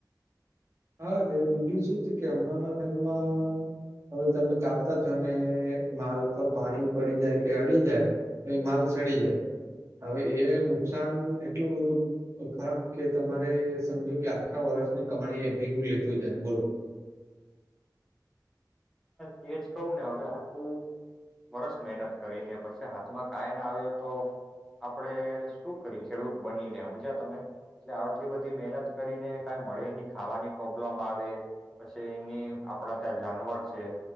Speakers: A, on the right (about 35°); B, in the centre.
A: હા તે બીજું શું છે કે હમણાં ટાઈમમાં હવે તમે કાપતા છો ને માલ પર પાણી પડી જાય કે અડી જાય તો માલ સડી જાય હવે એ નુકસાન એટલું બધું ખરાબ કે તમારે સમજો કે આખા વર્ષની કમાણી એ ભેગું લેતું જાય બોલો.
B: તેજ કહું ને હવે આટું વરસ મહેનત કરીને પછી હાથમાં કઈ ના આવે તો આપણેે શું કરી ખેડૂત બનીને સમજ્યા તમે એટલે આટલી બધી મહેનત કરીને કઈ મળે એની ખાવાની પ્રોબ્લેમ આવે પછી એની આપણા ત્યાં જાનવર જે